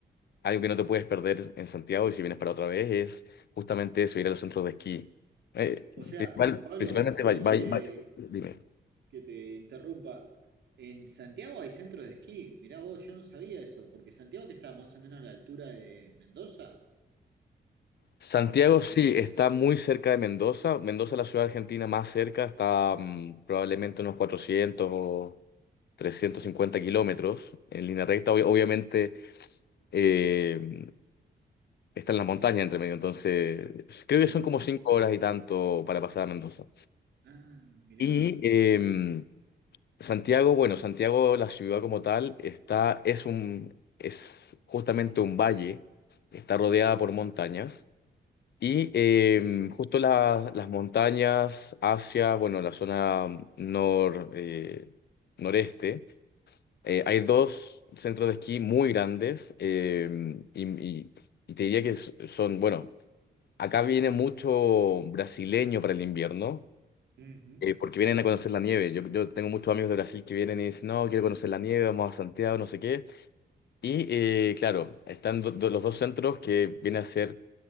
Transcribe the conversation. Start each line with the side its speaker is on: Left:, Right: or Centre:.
Left: Algo que no te puedes perder en Santiago y si vienes para otra vez es justamente eso, ir a los centros de esquí. Eh,
Right: O sea,
Left: principal-
Right: Pablo,
Left: principalmente,
Right: perdón
Left: Valle- Valle-
Right: que te,
Left: Valle- dime.
Right: que te interrumpa. En Santiago hay centros de esquí. Mirá vos, yo no sabía eso, porque Santiago que está más o menos a la altura de Mendoza.
Left: Santiago
Right: ¿O mo-
Left: sí está muy cerca de Mendoza. Mendoza es la ciudad argentina más cerca, está mm, probablemente unos 400 o 350 kilómetros en línea recta. Ob- obviamente eh, está en las montañas entre medio, entonces creo que son
Right: Sí.
Left: como cinco horas y tanto para pasar a Mendoza.
Right: Ah, mirá.
Left: Y em, Santiago, bueno, Santiago, la ciudad como tal, está, es un, es justamente un valle, está rodeada por montañas y eh, justo la- las montañas hacia, bueno, la zona nor, eh, noreste, eh, hay dos centros de esquí muy grandes eh, y, y- y te diría que s- son, bueno, acá viene mucho brasileño para el invierno
Right: Ujú.
Left: eh, porque vienen a conocer la nieve. Yo, yo tengo muchos amigos de Brasil que vienen y dicen, no, quiero conocer la nieve, vamos a Santiago, no sé qué. Y eh, claro, están do- do- los dos centros que vienen a ser